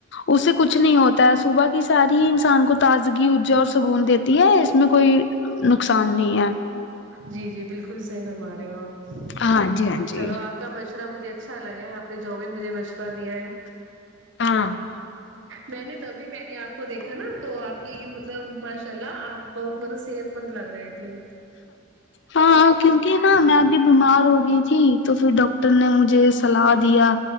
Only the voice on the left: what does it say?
اس سے کچھ نہیں ہوت تا ہے صبح کی ساری ہی انسان کو تازگی ارجا اور سکون دیتی ہے اس میں کوئی نقصان نہیں ہے
ہاں جی ہاں جی
ہاں ہاں
ہاں کیونکی نا میں ابھی بیمار ہوگئی تھی تو پھر ڈاکٹر نے مجھے صلاح دیا